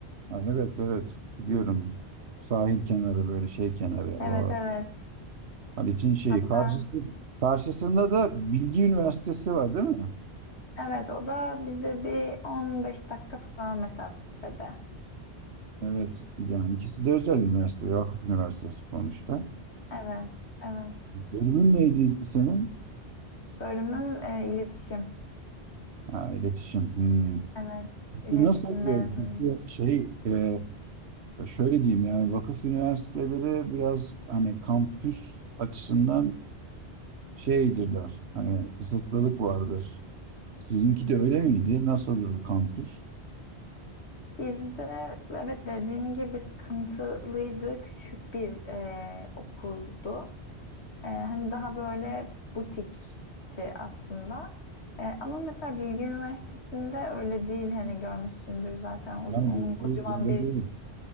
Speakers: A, on the right; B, on the left.
A: Ha, evet evet biliyorum. Sahil kenarı böyle şey kenarı.
B: Evet
A: O,
B: evet.
A: Haliç'in şeyi.
B: Hatta
A: Karşısı, karşısında da Bilgi Üniversitesi var değil mi?
B: evet o da bize bir 15 dakika falan mesafede.
A: Evet, yani ikisi de özel üniversite, Vakıf Üniversitesi sonuçta.
B: Evet evet.
A: Bölümün neydi senin?
B: Bölümüm e, iletişim.
A: Ha, iletişim. Hmm.
B: Evet
A: Peki
B: iletişim
A: nasıl
B: mezunuyum.
A: böyle bir şey e, şöyle diyeyim yani vakıf üniversiteleri biraz hani kampüs açısından şeydirler. Hani kısıtlılık vardır. Sizinki de öyle miydi? Nasıldır kampüs?
B: Bizde evet dediğin gibi sıkıntılıydı. Küçük bir e, okuldu. Ee, hani daha böyle butikti aslında. Ee, ama mesela Bilgi Üniversitesi'nde öyle değil hani görmüşsündür zaten uzun
A: Ben
B: onun
A: böyle
B: kocaman bir
A: değil.